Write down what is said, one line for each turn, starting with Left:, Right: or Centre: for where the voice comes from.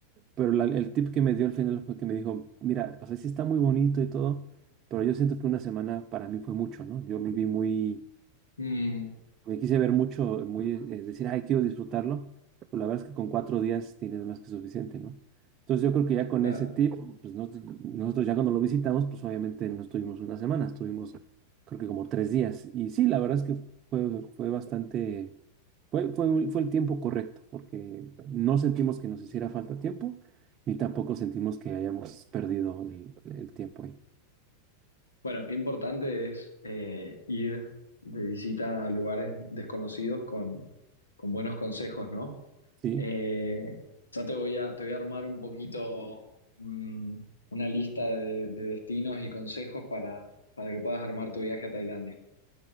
Right: pero la- el tip que me dio al final fue que me dijo, mira, o sea, sí está muy bonito y todo, pero yo siento que una semana para mí fue mucho, ¿no? Yo me vi muy
Left: mm,
Right: me quise ver mucho, muy, eh, decir, ay, quiero disfrutarlo, pues la verdad es que con cuatro días tienes más que suficiente, ¿no? Entonces yo creo que ya con
Left: claro.
Right: ese tip, pues nos- nosotros ya cuando lo visitamos, pues obviamente no estuvimos una semana, estuvimos creo que como tres días. Y sí, la verdad es que fue, fue bastante, fue, fue, fue el tiempo correcto, porque no sentimos que nos hiciera falta tiempo, ni tampoco sentimos que hayamos perdido el, el tiempo ahí.
Left: Bueno, qué importante es eh, ir de visita a lugares desconocidos con, con buenos consejos, ¿no?
Right: Sí,
Left: Eh, ya te voy a, te voy a armar un poquito mm, una lista de, de destinos y consejos para, para que puedas armar tu viaje a Tailandia.